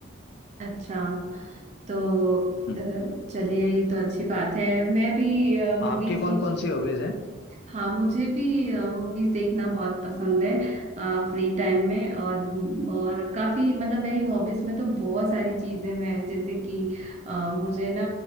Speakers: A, on the right (about 35°); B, on the left (about 55°).
A: अच्छा तो
B: हम्म।
A: अ, चलिए ये तो अच्छी बात है मैं भी
B: <clears throat>
A: मूवीज
B: आपकी कौन कौन सी हॉबीज हैं
A: हाँ मुझे भी मूवीज देखना बहुत पसंद है फ्री टाइम में और और काफी मतलब मेरी हॉबीज में तो बहुत सारी चीजें मैं जैसे कि अ, मुझे ना